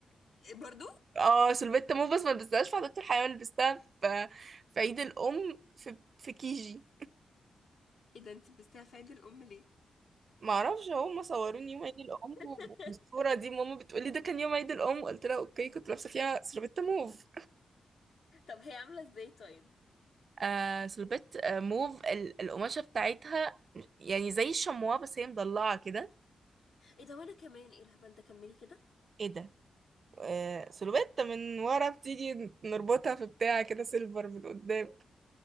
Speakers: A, on the left; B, on the right.
A: إيه برضو
B: اه سلفيت موفز ما لبستهاش في حديقة الحيوان لبستها في في عيد الام في في كيجي
A: ايه ده انت لبستها في عيد الام ليه
B: ما اعرفش هم صوروني يوم عيد الام
A: <laughs>
B: وبالصوره دي ماما بتقولي ده كان يوم عيد الام قلت لها اوكي كنت لابسه فيها سلفيت موف
A: طب هي عاملة ازاي طيب؟
B: آه سلفيت آه موف ال- القماشه بتاعتها يعني زي الشمواه بس هي مضلعه كده
A: ايه ده وانا كمان ايه الهبل ده كملي كده
B: ايه ده آه سلوبيت من ورا بتيجي نربطها في بتاع كده سيلفر من قدام